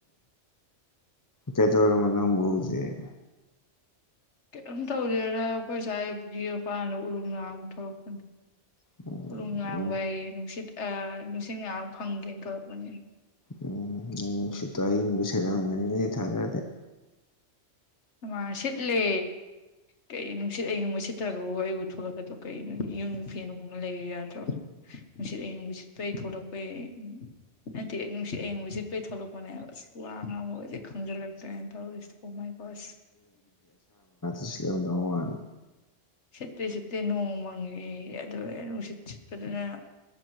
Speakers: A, on the left; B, on the left.
A: ꯀꯩꯗꯧꯔꯝꯃꯤꯅꯣ ꯅꯪꯕꯨ ꯍꯧꯖꯤꯛ
B: ꯀꯩꯝ ꯇꯧꯗꯦꯗ ꯑꯩꯈꯣꯏ ꯁꯋ꯭ꯥꯢ ꯄꯨꯈ꯭ꯔꯤ ꯃꯄꯥꯟꯗ ꯎꯔꯨꯝ ꯂꯥꯡꯕ ꯊꯣꯛꯂꯛꯄꯅꯤ
A: ꯎꯝ
B: ꯎꯔꯨꯝ ꯂꯥꯡꯕꯩ ꯅꯨꯡꯁꯤꯠ ꯑ ꯅꯨꯡꯁꯤꯠ ꯉꯥꯏꯍꯥꯛ ꯐꯪꯒꯦꯅ ꯊꯣꯛꯔꯛꯄꯅꯤ
A: ꯎꯝ ꯅꯪ ꯅꯨꯡꯁꯤꯠꯇꯣ ꯑꯏꯤꯡꯕ ꯁꯤꯠꯂꯝꯒꯅꯤꯗꯤ ꯊꯥꯖꯗꯦ
B: ꯍꯩꯃꯥ ꯁꯤꯠꯂꯦ ꯀꯩ ꯅꯨꯡꯁꯤꯠ ꯑꯢꯪꯕ ꯁꯤꯠꯇꯔꯒꯕꯨ ꯑꯩꯕꯨ ꯊꯂꯛꯀꯗ꯭ꯔꯣ ꯀꯩꯅꯣꯅꯦ ꯌꯨꯝꯗ ꯐꯅꯒꯨꯝꯕ ꯂꯩꯔꯤ ꯌꯥꯗ꯭ꯔꯣ ꯅꯨꯡꯁꯤꯠ ꯑꯤꯡ ꯅꯨꯡꯁꯤꯠꯄꯩ ꯊꯂꯛꯄꯩ ꯅꯠꯇꯤꯌꯦ ꯅꯨꯡꯁꯤꯠ ꯑꯌꯤꯡꯕ ꯁꯤꯠꯄꯩ ꯊꯣꯂꯛꯄꯅꯦ ꯍꯥꯢꯕ ꯑꯁ ꯋꯥ ꯉꯥꯡꯕꯁꯦ ꯈꯪꯖꯤꯜꯂꯛꯇ꯭ꯔꯦꯅ ꯇꯧꯔꯁꯤ ꯑꯣ ꯃꯥꯢ ꯒꯣꯁ
A: ꯢꯁ ꯌꯥꯝꯅ <unintelligible>
B: ꯁꯤꯠꯇꯦ ꯁꯤꯠꯇꯦ ꯅꯣꯡꯃꯪꯉ ꯑꯗꯨ ꯅꯨꯡꯁꯤꯠ ꯁꯤꯠꯄꯗꯨꯅ